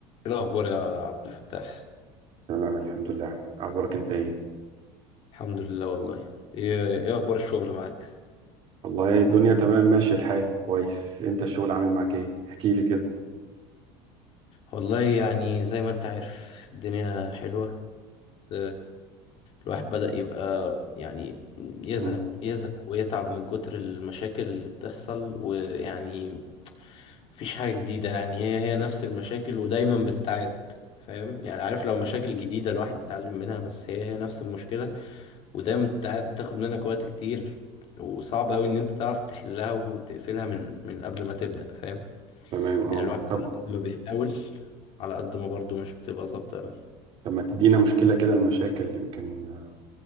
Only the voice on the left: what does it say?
ايه الاخبار يا عبد الفتاح
الحمد لله والله ايه إيه اخبار الشغل معاك
والله يعني زي ما انت عارف الدنيا حلوة بس الواحد بدأ يبقى يعني يزهق
يزهق ويتعب من كتر المشاكل اللي بتحصل ويعني مفيش حاجة جديدة يعني هي هي نفس المشاكل ودايما بتتعاد فاهم يعني عارف لو مشاكل جديدة الواحد يتعلم منها بس هي هي نفس المشكلة ودايما بتتعاد بتاخد منك وقت كتير وصعب أوي إن أنت تعرف تحلها وتقفلها من من قبل ما تبدأ فاهم
يعني الواحد
على قد ما بيحاول على قد ما برضه مش بتبقى ظابطة أوي